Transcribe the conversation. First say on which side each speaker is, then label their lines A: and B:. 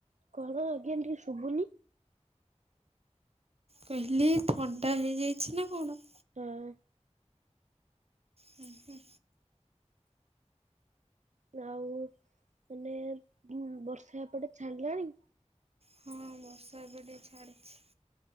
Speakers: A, on the right; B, on the right.
A: କର ଆଜ୍ଞା ଟିକେ ଶୁଭୁନି।
B: କହିଲି ଥଣ୍ଡା ହେଇଯାଇଛି ନା କଣ।
A: ହଁ
B: ହୁଁ ହୁଁ
A: ଆଉ ମାନେ ବର୍ଷା ଏପଟେ ଛାଡିଲାଣି।
B: ହଁ ବର୍ଷା ଏପଟେ ଛାଡ଼ିଛି।